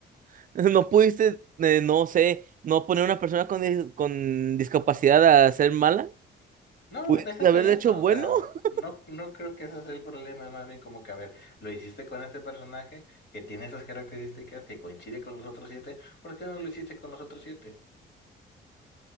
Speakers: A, on the right; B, on the left.
A: <laughs> No pudiste, eh, no sé, no poner a una persona con, dis- con discapacidad a ser mala.
B: No,
A: Pudiste
B: déjate
A: haberle
B: de eso.
A: hecho bueno.
B: O sea,
A: <laughs>
B: no, no creo que ese sea el problema. Es más bien como que, a ver, lo hiciste con este personaje que tiene esas características que coincide con los otros siete. ¿Por qué no lo hiciste con los otros siete?